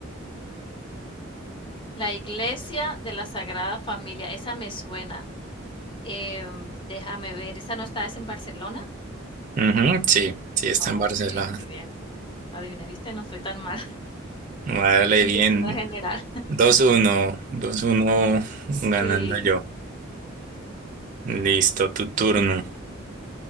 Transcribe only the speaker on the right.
Ujú, sí, sí, está
en Barcelona.
Vale,
bien.
dos uno dos uno ganando
yo. Listo, tu turno.